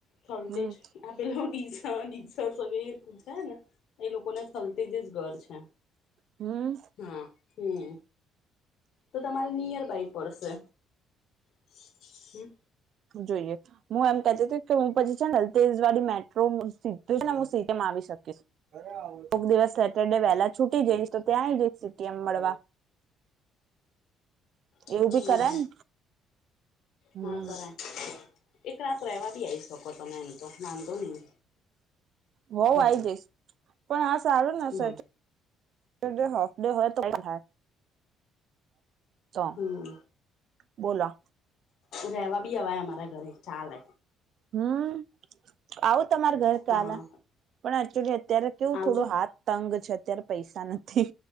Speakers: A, on the left; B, on the right.
A: થોલ્ટટે.
B: હમ
A: પેલો ડીસા ડીગ પછ ને એ લોકો ના થલતેજ જ ઘર છે.
B: હમ.
A: હા હમ તો તમારે નિયરબાય પડશે હ.
B: જોઈએ હું એમ કેતી ત કે હું પછી છેલ જવાડી મેટ્રો સ ને સિટીમાં આવી શકીશ એક દિવસ સેટરડે વહેલા. છૂટી જઈશ તો ત્યાં આઈ જઈશ સીટીએમ મળવા
A: હમ
B: એવું ભી કરે ને. હમ
A: હા કર એક રાત રેવા બી આવી શકો તમે એમ તો વાંધો નહી.
B: હો
A: હમ
B: આ જઈશ પણ આ સારું ને સા
A: બોલ
B: હફ હો તો થાય. તો
A: હમ
B: બોલા.
A: રહેવા બી હવા અમારા ઘરે ચાલ.
B: હમ આવું તમાર ઘર કાના
A: હા
B: પણ એચુલી અત્યારે કેવું
A: આવજો
B: થોડો હાથ તંગ છે અત્યારે પૈસા નથી.